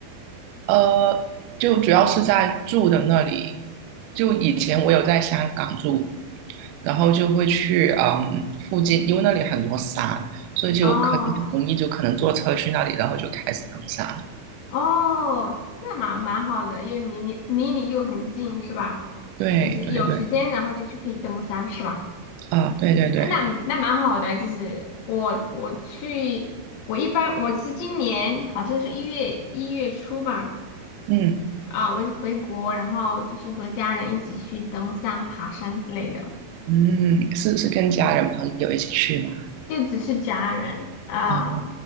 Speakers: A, on the right; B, on the left.
A: 呃，就主要是在住的那里。就以前我有在香港住，然后就会去嗯附近，因为那里很多山，所以就可以很容易就可能坐车去那里，
B: 哦
A: 然后就开始登山。
B: 哦，那蛮蛮好的，又离你离你又很近是吧？
A: 对对对，
B: 就是有时间然后就去可以登山是吧？
A: 啊，对对对，
B: 那那蛮好的，就是我我去，我一般我是今年好像是一月一月初吧，
A: 嗯
B: 啊，我回国，然后就是和家人一起去登山、爬山之类的。
A: 嗯，是是跟家人朋友一起去吗？
B: 就只是家人啊、
A: 啊，